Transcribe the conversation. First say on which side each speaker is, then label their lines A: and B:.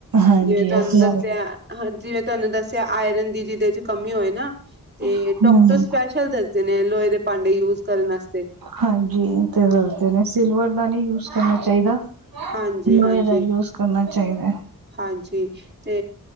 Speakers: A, on the right (about 80°); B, on the right (about 30°).
A: ਹਾਂਜੀ
B: ਜਿਵੇਂ ਤੁਹਾਨੂੰ
A: ਅਸੀਂ
B: ਦੱਸਿਆ ਹਾਂ ਜਿਵੇਂ ਤੁਹਾਨੂੰ ਦੱਸਿਆ ਆਇਰਨ ਦੀ ਜਿਹਦੇ ਚ ਕਮੀ ਹੋਏ। ਨਾ ਤੇ
A: ਹਮ
B: ਡਾਕਟਰ ਸਪੈਸ਼ਲ ਦੱਸਦੇ ਨੇ ਲੋਹੇ ਦੇ ਭਾਂਡੇ ਯੂਜ ਕਰਨ ਵਾਸਤੇ।
A: ਹਾਂਜੀ ਤੇ ਦੱਸਦੇ ਨੇ ਸਿਲਵਰ ਦਾ ਨਹੀਂ ਯੂਜ ਕਰਨਾ ਚਾਹੀਦਾ
B: ਹਾਂਜੀ
A: ਲੋਏ
B: ਹਾਂਜੀ
A: ਦਾ ਯੂਸ ਕਰਨਾ। ਚਾਹੀਦਾ
B: ਹਾਂਜੀ ਤੇ